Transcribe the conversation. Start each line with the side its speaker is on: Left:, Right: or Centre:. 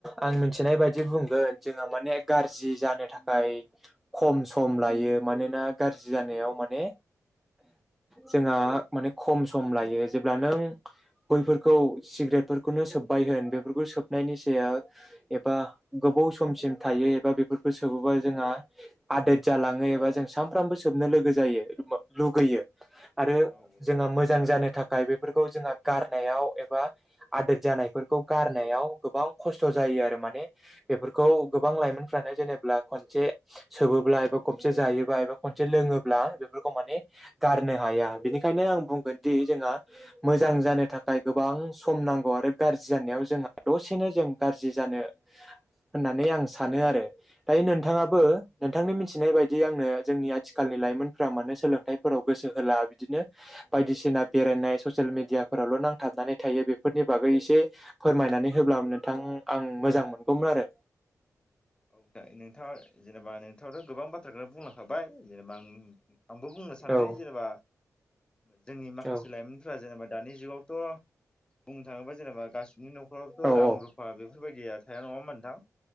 Centre: आं मिन्थिनाय बायदि बुंगोन जोंहा माने गारजि जानो थाखाय खम सम लायो। यो मानोना गाज्रि जानायाव माने जोंहा माने खम सम लायो जेब्ला नों बैफोरखौ सिग्रेटफोरखौनो सोब्बाय होन बेफोरखौ सोबनायनि साया एबा गोबाव समसिम थायो एबा बेफोरखौ सोबोबा जोंहा आदोद जालाङो एबा जों सानफ्रामबो सोबनो लु लोगो जायो म लुगैयो आरो
Left: औ
Centre: जोंहा मोजां जानो थाखाय बे फोरखौ जोंहा गारनायाव एबा आदोद जानायफोरखौ गारनायाव गोबाव खस्थ' जायो आरो। माने बेफोरखौ गोबां लाइमोनफ्रानो जेनेब्ला खनसे सोबोब्ला एबा खनसे जायोबा एबा खनसे लोङोब्ला बेफोरखौ माने गारनो हाया। बेनिखायनो आं बुंगोन दि जोंहा मोजां जानो थाखाय गोबां सम नांगौ आरो गारजि जानायाव जोंहा दसेनो जों गारजि जा नो होननानै आं सानो आरो। दायो नोंथाङाबो
Left: औ
Centre: नोंथांनि मिथि थिनायबायदि आंनो जोंनि आथिखालनि लाइमोनफोरा मानो सोलोंथाइफोराव गोसो होला बिदिनो बायदिसिन ना बेरायनाय सयेलमेडिया फोरावल' नांथाबनानै थायो बेफोरनि बागै एसे फोरमायनानै होब्ला नोंथां आं मोजां मोनगौमोन आरो।
Left: <unintelligible> ओ नोंथाङा जेनेबा नोंथाङाथ' गोबां बाथ्राखौनो बुंलांखाबाय जेनेबा आं आंबो बुंनो सानदि
Centre: औ
Left: जेनेबा जोंनि माखासे
Centre: औ
Left: लाइमोनफोरा जेनेबा दानि जुगावथ' बुंनो थाङोबा जेनेबा गासिबनिबो न'खरावथ'
Centre: औ
Left: रां रुफा बे बेफोरबायदिया थाया नङा होनबा नोंथां?